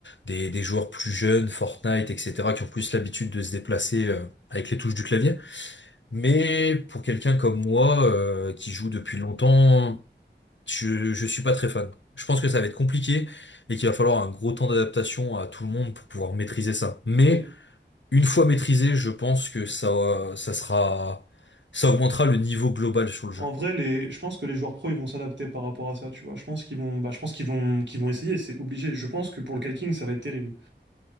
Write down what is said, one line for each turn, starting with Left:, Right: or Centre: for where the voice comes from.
Left: Des, des joueurs plus jeunes, Fortnite, etc., qui ont plus l'habitude de se déplacer euh, avec les touches du clavier. Mais pour quelqu'un comme moi, euh, qui joue depuis longtemps, je, je suis pas très fan. Je pense que ça va être compliqué et qu'il va falloir un gros temps d'adaptation à tout le monde pour pouvoir maîtriser ça. Mais
Right: Mais
Left: une fois maîtrisé, je pense que ça, euh, ça sera, ça augmentera le niveau global sur le
Right: en
Left: jeu.
Right: vrai, les... je pense que les joueurs pro, ils vont s'adapter par rapport à ça, tu vois. Je pense qu'ils vont, bah, je pense qu'ils vont, qu'ils vont essayer, c'est obligé. Je pense que pour le kiting, ça va être terrible.